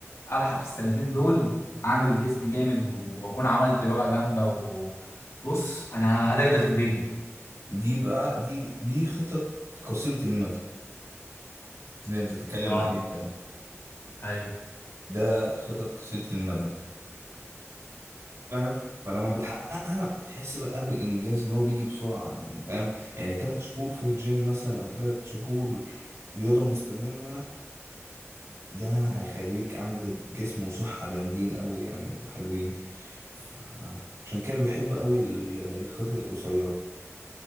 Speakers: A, on the left; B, on the right.
A: الحق في السنتين دول عامل جسم جامد واكون عملت لغه جامده وبص انا هدغدغ الدنيا
B: دي بقى دي دي خطط قصيرة المدى اللي انت بتتكلم
A: اه
B: عليه ده
A: ايوه
B: ده خطط قصيرة المدى فاهم فلما بتحققها بتحس بقى بالانجاز ان هو بيجي بسرعة يعني فاهم يعني تلات شهور في الجيم مثلا او تلات شهور رياضة مستمرة ده هيخليك عندك جسم وصحة جامدين قوي يعني وحلوين فعشان كده بحب قوي ال- الخطط القصيرة